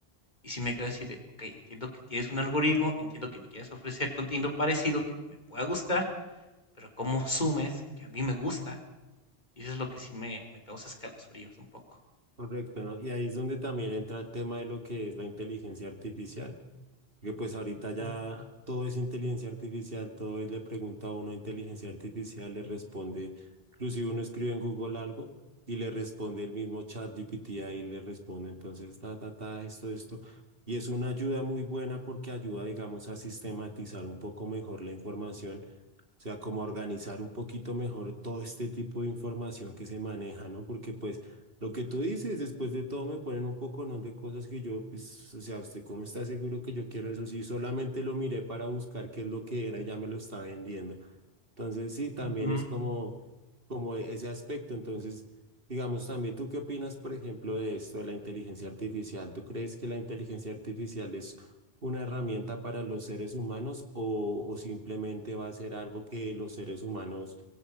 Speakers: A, on the left; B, on the right.
A: Y si me quedo así de, ok, entiendo que tienes un algoritmo, entiendo que me quieres ofrecer contenido parecido que me pueda gustar, pero ¿cómo sumes que a mí me gusta? Y eso es lo que sí me, me causa escalofríos un poco.
B: Correcto, ¿no? Y ahí es donde también entra el tema de lo que es la inteligencia artificial, que pues ahorita ya
A: Ujú.
B: todo es inteligencia artificial, todo es le pregunta a uno a inteligencia artificial, le responde, inclusive uno escribe en Google algo y le responde el mismo chat GPT ahí le responde, entonces, ta, ta, ta, esto, esto. Y es una ayuda muy buena porque ayuda, digamos, a sistematizar un poco mejor la información o sea, como organizar un poquito mejor todo este tipo de información que se maneja, ¿no? Porque pues lo que tú dices, después de todo me ponen un poco, ¿no? de cosas que yo, pues, o sea, ¿usted cómo está seguro que yo quiero eso? Sí, solamente lo miré para buscar qué es lo que era y ya me lo está vendiendo. Entonces, sí, también
A: Ujú.
B: es como, como e- ese aspecto. Entonces, digamos, también tú qué opinas, por ejemplo, de esto de la inteligencia artificial. ¿Tú crees que la inteligencia artificial es una herramienta para los seres humanos o, o simplemente va a ser algo que los seres humanos,